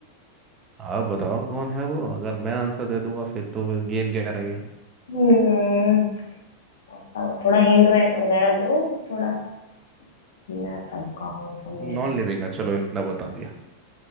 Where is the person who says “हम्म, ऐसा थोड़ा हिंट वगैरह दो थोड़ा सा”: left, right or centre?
Left